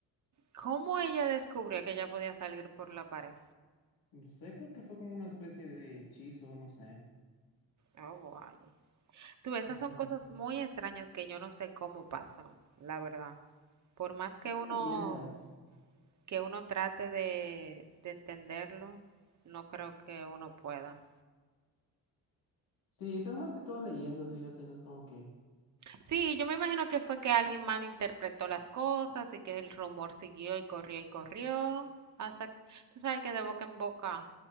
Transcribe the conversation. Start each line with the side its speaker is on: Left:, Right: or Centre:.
Right: ¿cómo ella descubrió que ella podía salir por la pared?
Left: No sé, creo que fue como una especie de hechizo, no sé.
Right: Oh, guay. Tú, esas
Left: Ujú.
Right: son cosas muy extrañas que yo no sé cómo pasan, la verdad. Por más
Left: Son
Right: que uno,
Left: leyendas.
Right: que uno trate de, de entenderlo, no creo que uno pueda.
Left: Sí, son más que todo leyendas, fíjate, no es como que
Right: Sí, yo me imagino que fue que alguien malinterpretó las cosas y que el rumor siguió y corrió y corrió. Hasta, tú sabes que de boca en boca